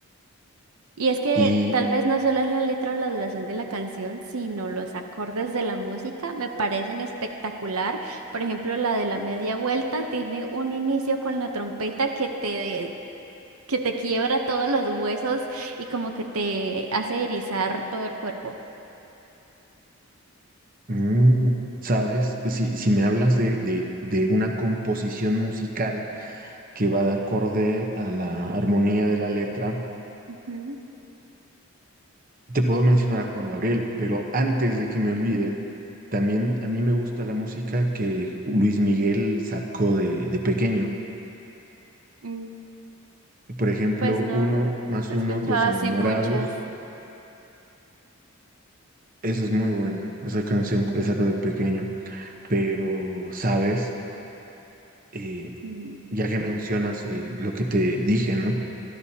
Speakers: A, on the right; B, on the right.
A: Y es que
B: Y,
A: tal vez no solo es la letra o la duración de la canción, sino los acordes de la música me parecen espectacular. Por ejemplo, la de la media vuelta tiene un inicio con la trompeta que te que te quiebra todos los huesos y como que te hace erizar todo el cuerpo.
B: mm, ¿sabes? Si, si me hablas de, de, de una composición musical que va de acorde a la armonía de la letra,
A: Ujú.
B: te puedo mencionar a Juan Gabriel, pero antes de que me olvide, también a mí me gusta la música que Luis Miguel sacó de, de pequeño.
A: Mm,
B: Por ejemplo,
A: Pues no,
B: Uno
A: no
B: más
A: he
B: uno,
A: escuchado
B: dos enamorados.
A: así muchas.
B: Esa es muy buena, esa canción que saco de pequeño. Pero, ¿sabes? Eh,
A: Mm,
B: ya que mencionas eh, lo que te dije, ¿no?